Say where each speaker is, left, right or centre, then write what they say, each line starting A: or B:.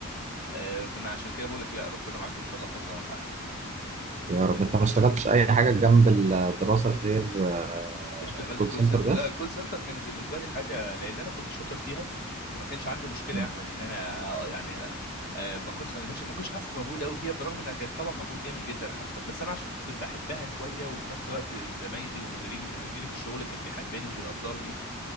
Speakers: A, on the left; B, on the right.
A: آه، فانا عشان كده بقول لك لا ربنا معاك وان شاء الله فترة وهتعدي
B: يا رب انت ما اشتغلتش اي حاجه جنب الدراسه غير آه،
A: اشتغلت
B: كول
A: كول
B: سنتر
A: سنتر
B: بس
A: لا الكول سنتر كانت بالنسبه لي حاجه لان انا كنت شاطر فيها فما كانش عندي مشكله
B: مم.
A: يا احمد ان انا آه، آه، يعني آه، ما كنتش ما كنتش ما كنتش حاسس بمجهود قوي فيها بالرغم انها كانت طبعا مجهود جامد جدا حتى بس انا عشان كنت بحبها شويه وفي نفس الوقت زمايلي ومديريني ومديري في الشغل كان بيحبني وبيقدرني